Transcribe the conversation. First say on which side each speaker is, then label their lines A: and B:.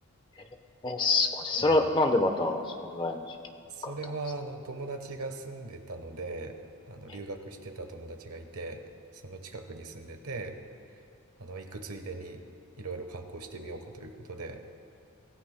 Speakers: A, on the left; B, on the right.
A: えー、えーすごいです。それはなんでまたそのぐらいの時期に行かれたんですか
B: はい。それは、あの、友達が住んでたので、あの、
A: え
B: 留学してた友達がいて、その近くに住んでて、あの、行くついでに、いろいろ観光してみようかということで、